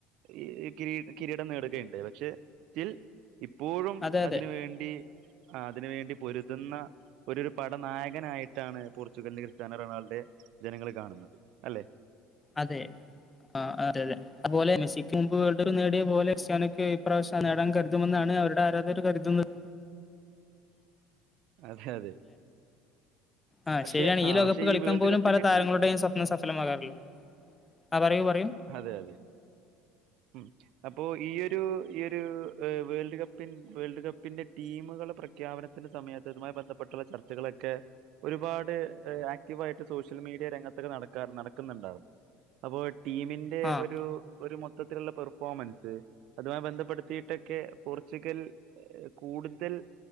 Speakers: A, on the right (about 65°); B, on the left (about 15°).
A: ഈ കിരീ കിരീടം നേടുകയുണ്ടായി പക്ഷെ സ്റ്റിൽ ഇ എപ്പോഴും
B: അതെ
A: അതിനുവേണ്ടി
B: അതെ
A: അതിനുവേണ്ടി പൊരുതുന്ന ഒരു ഒരു പടനായകനായിട്ടാണ്- <unintelligible> റൊണാൾഡോയെ ജനങ്ങൾ കാണുന്നത് അല്ലെ
B: അതെ ആഹ് അതെ അതെ അത്പോലെ മെസ്സിക് മുമ്പ് വേൾഡ്കപ്പ് നേടിയ പോലെ ക്രിസ്ത്യനോക്ക് ഈ പ്രാവശ്യം നേടാൻ കരുതുമെന്നാണ്- അവരുടെ ആരാധകരു കരുതുന്നത്.
A: <inaudible> അതെ അതെ
B: ആഹ്
A: പക്ഷെ
B: ശെരിയാണ്
A: ആ
B: ഈ ലോകകപ്പ്
A: പക്ഷെ
B: കളിക്കാൻ
A: വേൾഡ്
B: പോലും
A: കപ്പിന്റെ
B: പല താരങ്ങളുടേയും
A: ടീ
B: സ്വപ്നം സഫലമാകാറില്ല. ആഹ് പറയൂ പറ
A: അതെ അതെ മ് അപ്പോ ഈയൊരു ഈയൊരു വേൾഡ് കപ്പി വേൾഡ് കപ്പിന്റെ ടീമ പ്രഖ്യാപനത്തിന്റെ സമയത്ത് ഇതുമായി ബന്ധപ്പെട്ടുള്ള ചർച്ചകളൊക്കെ ഒരുപാട് ആക്റ്റീവ് ആയിട്ട് സൊ സോഷ്യൽ മീഡിയ രംഗത്തൊക്കെ നട നടക്ക്ന്ന്ണ്ടാർന്നു അപ്പോ ടീമിന്റെ
B: ആഹ്
A: ഒരു ഒരു- മൊത്തിലുള്ള പെർഫോമൻസ് അതുമായി ബന്ധപ്പെടുത്തിട്ടെക്കെ പോർച്ചുഗൽ കൂടുതൽ-